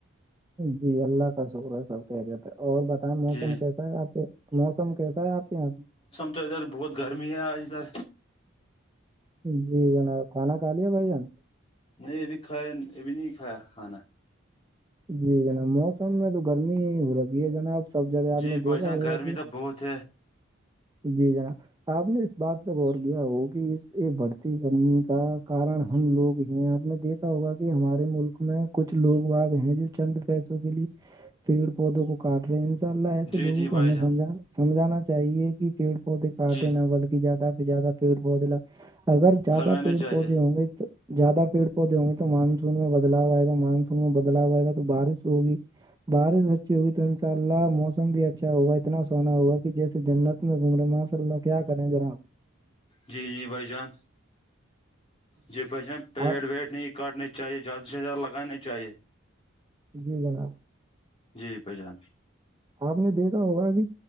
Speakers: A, on the right (about 20°); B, on the left (about 25°).
A: جی اللہ کا شکر ہے سب کہہ دیتے ہے اور بتائیں موسم
B: جی
A: کیسا ہے آپ کے موسم کیسا ہے آپ کے یہاں پہ
B: ا تو ادھر بہت گرمی ہے آج ادھر
A: جی جناب کھانا کھا لیا بھائی جان
B: نہیں ابھی کھایا ابھی نہیں کھایا کھانا
A: جی جناب موسم میں تو گرمی ہی ہو رہگ ہے جنابب سب جگہ آپ
B: جی
A: نے
B: بھائی
A: دیکھا ہوگا
B: جان گرمی
A: کہ
B: تو بہت
A: جی جناب آپ نے اس بات پر غور کیایا ہو کہ اس یہ بڑھتی کمی کا کارن ہم لوگ ہی آپ نے دیکھ ای ہوگا کہ ہمارے ملک میں کچھ لوگ باگ ہیں جو چند پیسوں کے لیے پیڑ پودوں کو کاٹ رہے ہیں انشاء اللہ ایسے
B: جی
A: لوگوں
B: جی
A: کو ہمیں
B: بھائی جان
A: سم سمجھانا چاہیے کہ پیڑ پہے کاٹے
B: جی
A: نہ بلکہ زیاد پ زیاد پیڑ پودے لگ اگر زیادہ
B: لگانا
A: پیڑ
B: چاہیے
A: پودے ہوں گے تو زیادہ پیڑ پودے ہوں گے تو مانسون میں بدلاؤ آئے گا مانسون میں بدلاؤ آئے گا تو بارش ہوگی بارش اچھی ہوگی تو ان شاء اللہ موسم بھی اچھا ہوگا اتنا سونا ہوگا کہ جیسے جنت کت میں گھوم رہے ہیں ماشاء اللہ کیا کرے ہیں ذراپ
B: جی جی بائی جان جی بچان پیڑ
A: آپ
B: ویڑ نہیں کاٹنے چاہیے زیادہ سے زیادہ لگانا چاہیے
A: جی جناب
B: جی پجان
A: آپ نے دیکھا ہوگا ا بھی